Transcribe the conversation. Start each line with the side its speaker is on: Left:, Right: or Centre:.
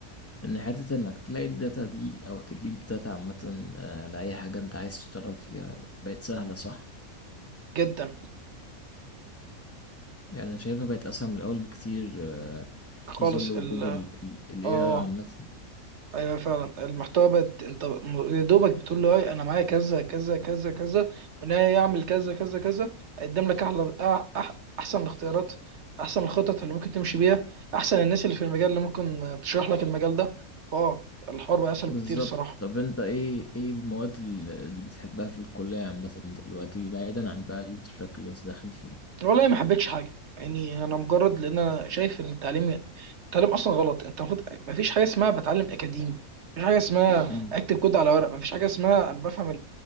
Left: ان حتة انك تلاقي الداتا دي او تجيب داتا عامة آه، لأي حاجة انت عايز تشتغل فيها بقت سهلة صح؟
Right: جدا
Left: يعني انا شايفها بقت اسهل من الاول بكتير آه،
Right: خالص
Left: في ظل وجود
Right: ال
Left: ال ال ال AI
Right: اه
Left: عامة
Right: ايوه فعلا المحتوى بقت انت م- يا دوبك بتقول له اي انا معايا كذا كذا كذا كذا وان هي يعمل كذا كذا كذا هيقدم لك احلى أح أح احسن الاختيارات احسن الخطط اللي ممكن تمشي بيها احسن الناس اللي في المجال اللي ممكن تشرح لك المجال ده فاه الحوار بقى اسهل
Left: بالظبط
Right: بكتير الصراحه
Left: طب انت ايه ايه المواد ال- اللي بتحبها في الكلية عامة دلوقتي بعيدا عن بقى التراك اللي انت داخل فيه؟
Right: والله ما حبيتش حاجه يعني انا مجرد لان انا شايف ان التعليم التعليم اصلا غلط انت المفروض ما فيش حاجه اسمها بتعلم اكاديمي مفيش حاجه اسمها
Left: امم
Right: اكتب كود على ورق مفيش حاجه اسمها انا بفهم